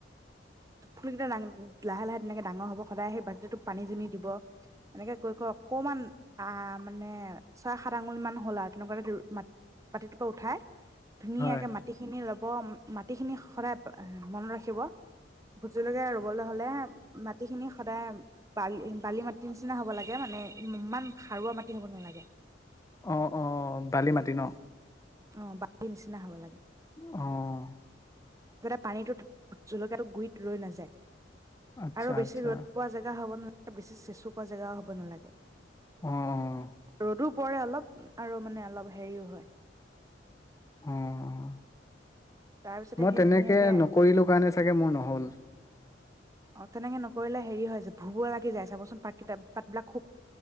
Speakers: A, on the right (about 20°); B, on the left (about 15°).
A: ফুলকেইটা লাহে - লাহে তেনেকে ডাঙৰ হব সদায় সেই বাল্টিটোত পানী দুনি দিব এনেকে কৈ - কৈ অকমান আ', মানে ছয় সাত আঙুল মান হ'ল আৰু তেনেকুৱা এটা ম - মাটিটোৰ পৰা উঠাই ধুনীয়াকে
B: হয়,
A: মাটি খিনি লগ- - ব মাটিখিনি সদায় মনত ৰাখিব, ভোটজলকীয়া ৰুবলৈ হ'লে মাটিখিনি সদায় বালি, বালি মাটি নিচিনা হ'ব লাগে মানে। ইমান সাৰুৱা মাটি হ'ব নালাগে।
B: অ'অ' বালি মাটি ন?
A: অ' বালিৰ নিচিনা হব লাগে।
B: অ'
A: যাতে পানীটো ভূতজলকীয়া টো গুৰিত ৰৈ নাযায়।
B: আচ্ছা,
A: আৰু বেছি
B: আচ্ছা,
A: ৰ'দ পোৱা জেগা হ'ব না বেছি চেচুকা জেগাও হ'ব নালাগে।
B: অ', অ',
A: ৰদো পৰে অলপ আৰু মানে অলপ হেৰিও হয়।
B: উম',
A: তাৰ পিছতে
B: মই
A: সেই
B: তেনেকে
A: ধুনীয়াকে
B: নকৰিলো কাৰণে চাগে মোৰ নহ'ল।
A: অ', তেনেকে নকৰিলে হেৰি হয় যে ভুবূৱা লাগি যায় চাবচোন পাতকিতা - পাতবিলাক খুব